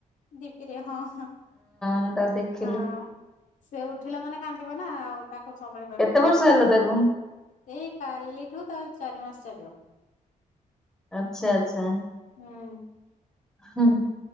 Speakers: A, on the left; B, in the centre.
A: ଡିପି ରେ ହଁ, ହଁ,
B: ମୁଁ ତାକୁ ଦେଖିଲି
A: ଆ, ସେ ଉଠିଲା ମାନେ କାନ୍ଦିବ ନା ଆଉ ତାକୁ ସମ୍ଭାଳି ପାରିବୁନି।
B: କେତେ ବର୍ଷ ହେଲା ତାକୁ?
A: ଏଇ କାଲିିଠୁ ତାର ଚାରି ମାସ ଚାଲିବ।
B: ଆଚ୍ଛା, ଆଚ୍ଛା।
A: ହଁ।
B: ହଁ।